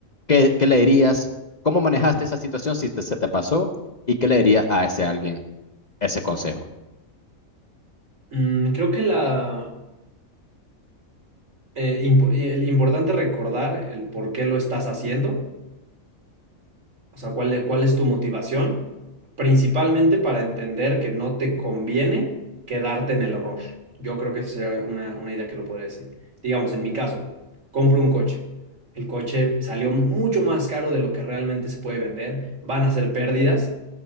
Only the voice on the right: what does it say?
Mm, creo que la, eh, impo- el importante recordar el por qué lo estás haciendo O sea, ¿cuál, cuál es tu motivación? Principalmente para entender que no te conviene quedarte en el error. Yo creo que esa sería una, una idea que lo podría decir. Digamos, en mi caso, compro un coche. El coche salió mucho más caro de lo que realmente se puede vender. Van a ser pérdidas.